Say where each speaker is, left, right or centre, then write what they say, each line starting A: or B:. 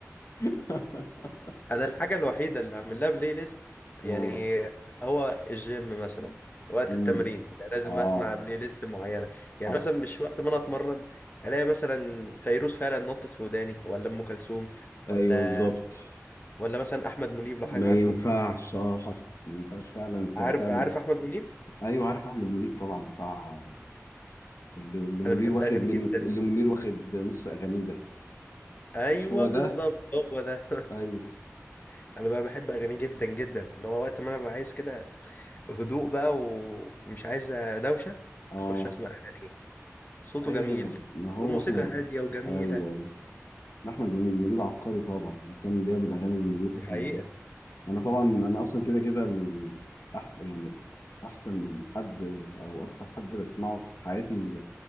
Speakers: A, on the left; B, on the left.
A: <laughs>
B: انا الحاجه الوحيده اللي عامل لها بلاي ليست
A: آه.
B: يعني هو الجيم مثلا وقت
A: مم.
B: التمرين ده لازم
A: اه
B: اسمع بلاي ليست معينه يعني
A: حصل
B: مثلا مش وقت ما انا اتمرن الاقي مثلا فيروز فعلا نطت في وداني ولا ام كلثوم ولا
A: ايوه بالظبط
B: ولا مثلا احمد منيب لو
A: ما
B: حضرتك عارفه
A: ينفعش اه حصل ما ينفعش فعلا ت-
B: عارف
A: تعلم
B: عارف احمد منيب
A: ايوه عارف احمد منيب طبعا بتاع اللي اللي منير
B: انا بحب
A: واخد
B: اغانيه
A: منه
B: جدا
A: اللي منير واخد نص اغانيه ده
B: ايوه
A: مش هو
B: بالظبط
A: ده
B: هو ده
A: ايوه
B: <laughs> انا بقى بحب اغانيه جدا جدا اللي هو وقت ما انا ببقى عايز كده هدوء بقى ومش عايز دوشه
A: اه
B: اخش اسمع اغانيه صوته
A: ايوه
B: جميل
A: ما هو
B: والموسيقى
A: احمد
B: هادية وجميلة
A: ايوه ايوه لا، احمد منيب عبقري طبعا كان بيعمل اغاني منير
B: دي
A: كتير
B: حقيقة
A: انا طبعا انا اصلا كده كده ال- أح... يعني احسن حد او اكتر حد بسمعه في حياتي